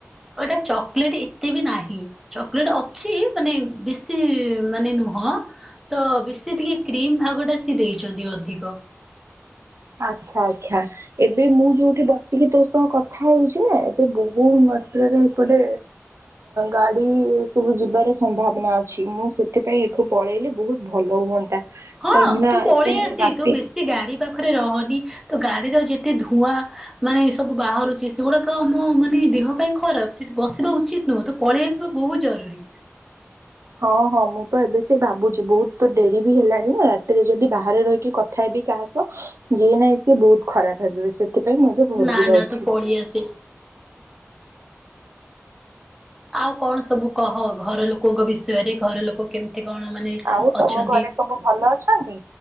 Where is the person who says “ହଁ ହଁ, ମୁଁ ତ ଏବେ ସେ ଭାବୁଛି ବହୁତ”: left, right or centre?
Right